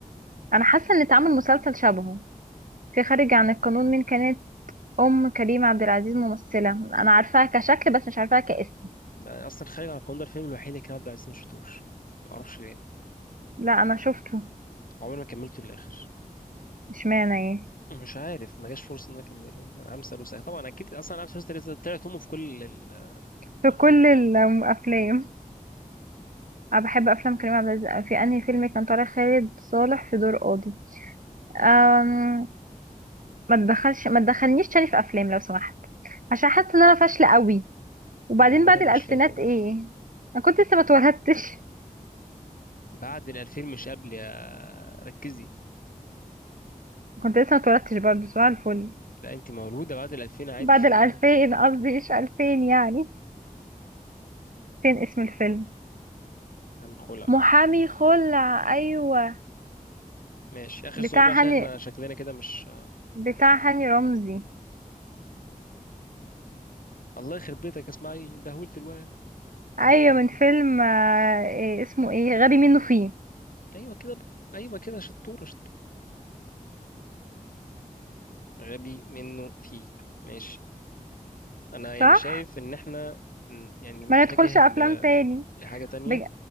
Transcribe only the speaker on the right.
انا حاسه ان اتعمل مسلسل شبهه في خارج عن القانون مين كانت ام كريم عبد العزيز ممثله انا عارفاها كشكل بس مش عارفاها كاسم
لا انا شفته
اشمعنى ايه
في
كل الافلام انا بحب افلام كريم عبد العزيز في انهي فيلم كان طالع خالد صالح في دور قاضي أم... ما تدخلش ما تدخلنيش تاني في افلام لو سمحت عشان حاسه ان انا فاشله قوي وبعدين
بعد الالفينات
ايه انا كنت لسه ما اتولدتش
كنت لسه ما اتولدتش برضه سؤال الفل
بعد
الألفين
قصدي مش ألفين يعني فين اسم الفيلم
محامي خلع أيوة
بتاع
هاني
بتاع هاني رمزي
أيوة
من فيلم آه، إيه اسمه ايه غبي منه فيه
صح
ما ندخلش أفلام
تاني
بج...